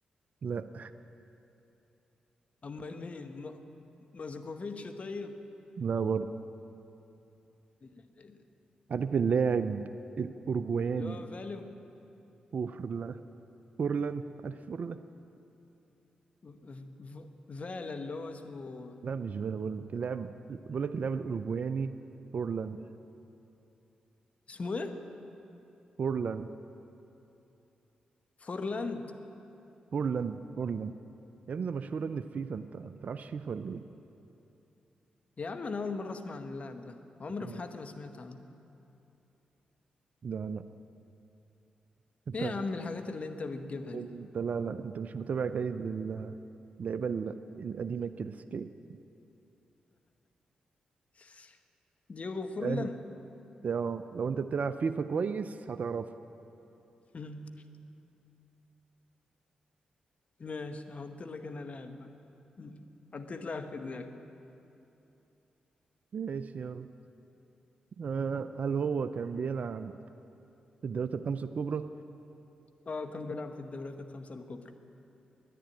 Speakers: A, on the right; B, on the left.
A: لا
B: امال مين م... مازوكوفيتش طيب
A: لا برضه
B: إيه ده إيه ده إيه ده؟
A: عارف اللاعب الاوروجواني
B: اللي هو فاليو
A: فورلان فورلان عارف فورلان
B: ف- ف- فالا اللي هو اسمه
A: لا مش فانا بقول لك اللاعب بقول لك اللاعب الاوروجواني فورلان
B: اسمه ايه
A: فورلان
B: فورلاند
A: فورلان فورلان يا ابني مشهورة ان الفيفا انت ما بتلعبش فيفا ولا ايه؟
B: يا عم انا اول مره اسمع عن اللاعب ده عمري
A: لا
B: في حياتي ما سمعت عنه
A: لا لا. انت
B: ايه يا عم الحاجات اللي انت بتجيبها
A: انت
B: دي
A: لا لا انت مش متابع جيد للعيبة ال- القديمة الكلاسيكية
B: <laughs> دييغو فورلان
A: انت اه لو انت بتلعب فيفا كويس هتعرفه
B: <laughs> ماشي هحط لك انا لاعب بقى مم. حطيت لاعب في دماغي
A: ماشي يلا آه هل هو كان بيلعب في الدوريات الخمسة الكبرى؟
B: اه كان بيلعب في الدوريات الخمسة الكبرى